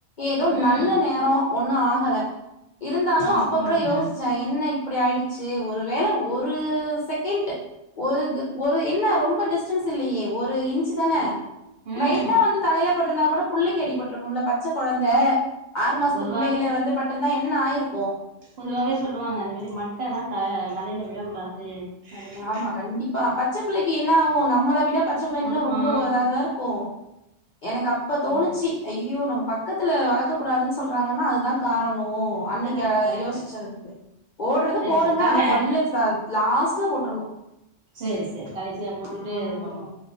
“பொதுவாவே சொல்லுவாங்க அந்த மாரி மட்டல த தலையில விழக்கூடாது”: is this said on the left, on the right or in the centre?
Right